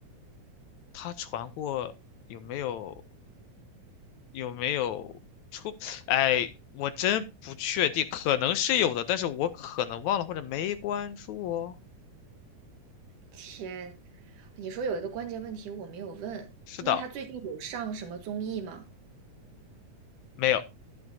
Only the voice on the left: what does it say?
她传过有没有有没有出？哎，我真不确定，可能是有的，但是我可能忘了或者没关注哦。
是的，
没有。